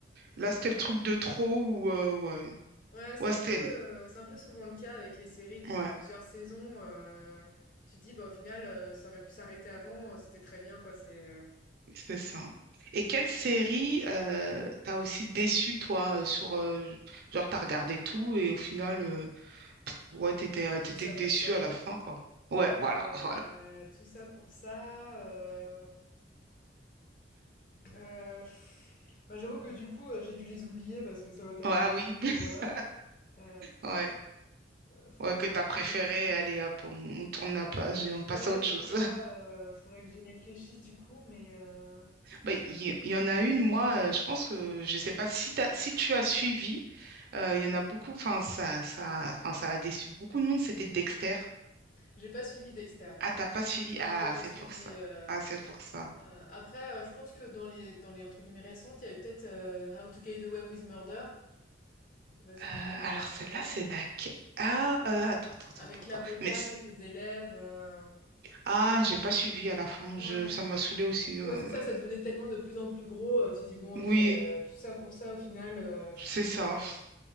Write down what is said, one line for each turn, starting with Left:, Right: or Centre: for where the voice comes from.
Right: Là, c'était le truc de trop ou, euh, ouais.
Left: Ouais, c'est
Right: Ouais,
Left: un
Right: c'était,
Left: peu,
Right: l-
Left: heu, c'est un peu souvent le cas avec les séries qui
Right: ouais,
Left: ont plusieurs saisons, heu, tu te dis: «Bah, au final, heu, ça aurait pu s'arrêter avant, heu, c'était très bien, quoi». C'est, heu,
Right: c'est ça. Et quelle série euh, t'as aussi déçu, toi, euh, sur, euh, genre, t'as regardé tout et au final, euh, ouais, t'étais,
Left: genre
Right: euh, t'étais
Left: tout ça
Right: déçu
Left: pour ça,
Right: à la fin, quoi. Ouais,
Left: heu,
Right: voilà, <laughs> voilà.
Left: tout ça pour ça, heu, heu, <laughs> bah, j'avoue que du coup, heu, j'ai dû les oublier parce que ça m'a tellement
Right: Ouais, ah
Left: déçue
Right: oui,
Left: que
Right: <laughs>
Left: voilà, heu,
Right: ouais.
Left: faudrait
Right: Ouais, que
Left: que j'y
Right: t'as
Left: réfléchisse.
Right: préféré, allez, hop, on, on tourne la page et on passe
Left: Ouais,
Right: à autre
Left: c'est
Right: chose.
Left: ça, heu, faudrait que j'y réfléchisse du coup, mais, heu,
Right: Bah, il y, il y en a une, moi, euh, je pense que je sais pas si, t'as- si tu as suivi, euh, il y en a beaucoup, enfin ça, ça, enfin ça a déçu beaucoup de monde, c'était Dexter.
Left: j'ai pas suivi Dexter.
Right: Ah, t'as pas suivi?
Left: Non,
Right: Ah,
Left: j'ai pas
Right: c'est
Left: suivi.
Right: pour ça.
Left: euh,
Right: Ah, c'est pour ça.
Left: euh, après, euh, je pense que dans les, dans les entre guillemets récentes, il y avait peut-être euh, How to Get Away with Murder. Je sais pas si
Right: Euh,
Left: tu
Right: alors
Left: la suivais.
Right: celle-là, c'est la... que- Ah, euh, attends, attends, attends,
Left: Avec
Right: attends.
Left: l'avocate
Right: attends. Mais... c-
Left: et ses élèves. euh,
Right: Ah, j'ai pas suivi à la fin,
Left: Ouais.
Right: je, ça m'a saoulé aussi. euh.
Left: Ouais, c'est ça, ça devenait tellement de plus en plus gros. euh, Tu dis, bon,
Right: Oui,
Left: ok, euh, tout ça pour ça, au final. euh,
Right: c'est ça. Pff,